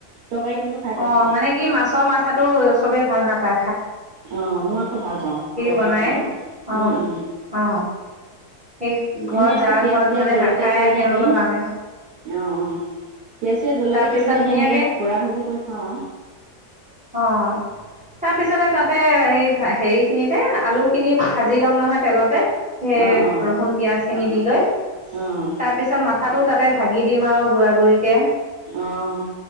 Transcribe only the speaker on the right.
তৰকাৰী কিন্তু খাই পাইছোঁ,
অ' মই আকৌ ভাল পাওঁ, তৰকাৰীত
দিলেও।
উম - উম।
এনে আকৌ
পিয়াজ-চিয়াজ,
জলকীয়া-চলকীয়া
দি,
অ' - অ'। পিঁয়াজ-চিয়াজ, জলকীয়া-চলকীয়া
দি
এনেকে গুড়া ভাজি কৰি খাওঁ আৰু।
অ', অ',
অ',
অ' - অ'।